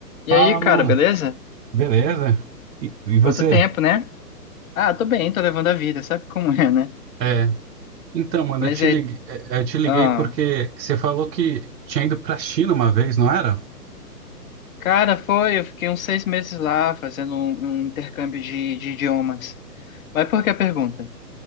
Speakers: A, on the left; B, on the right.
A: E
B: Fala,
A: aí, cara,
B: mano.
A: beleza?
B: Beleza? E, e você?
A: Quanto tempo, né? Ah, tô bem, tô levando a vida, sabe como é, né?
B: É, então, mano,
A: Mas
B: eu te
A: é.
B: liguei, é, eu te liguei
A: Ah,
B: porque você falou que tinha ido pra China uma vez, não era?
A: cara, foi, eu fiquei uns seis meses lá fazendo um, um intercâmbio de, de idiomas. Mas por que a pergunta?